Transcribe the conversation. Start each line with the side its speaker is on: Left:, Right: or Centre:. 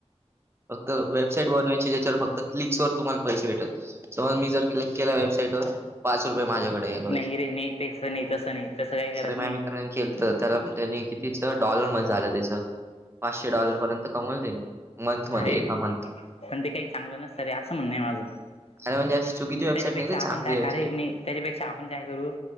Right: फक्त वेबसाईट बनवायची. ज्याच्यावर फक्त क्लिक्स वर तुम्हाला पैसे भेटेल. समज, मी जर क्लेक् केला, वेबसाईट वर पाच रुपये माझ्याकडे <unintelligible> वायज.
Left: नाही रे नाही तसं नाही तसं नाही तसं काही गरज
Right: अरे
Left: नाही.
Right: माया मित्रां केलत, तर त्यानी, कितीच डॉलर मध्ये झालं त्याच. पाचशे डॉलर पर्यंत कमवलं त्यांनी. मंथ मध्ये
Left: अरे,
Right: एका मंथ
Left: पण ते काही चांगलं नसतं रे. असं म्हणणय माझं.
Right: अरे म्हणजे
Left: <unintelligible>
Right: अशी चुकीची
Left: त्याच्यापेक्षा,
Right: वेबसाईट निघाली
Left: आपण
Right: चांगली
Left: काय
Right: वेबसाईट
Left: करायचं नाही. त्याच्यापेक्षा आपण काय करू?